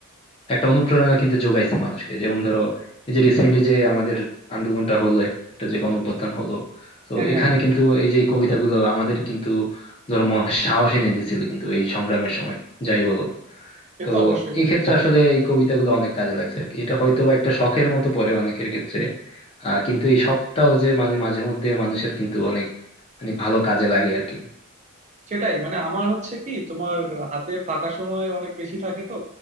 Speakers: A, on the left (about 25°); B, on the right (about 30°).
A: একটা অনুপ্রেরণা কিন্তু যোগাইছে মানুষকে যেমন ধরো এই যে রিসেন্টলি যে আমাদের আন্দোলনটা হলো একটা যে গণ অভ্যুত্থান হলো তো
B: হ্যাঁ
A: এখানে
B: হ্যাঁ হ্যাঁ
A: কিন্তু এই যে কবিতাগুলো আমাদের কিন্তু ধরো মনে সাহস এনে দিয়েছিল কিন্তু এই সংগ্রামের সময় যাই বলো
B: এ
A: তো
B: তো অবশ্যই বন্ধু
A: এই ক্ষেত্রে আসলে এই কবিতাগুলো অনেক কাজে লাগছে আর কি এটা হয়তো বা একটা শখের মতো পড়ে অনেকের ক্ষেত্রে আহ কিন্তু এই শখটাও যে মানে মাঝে মধ্যে মানুষের কিন্তু অনেক মানে ভালো কাজে লাগে আর কি
B: সেটাই মানে আমার হচ্ছে কি তোমার হাতে ফাঁকা সময় অনেক বেশি থাকে তো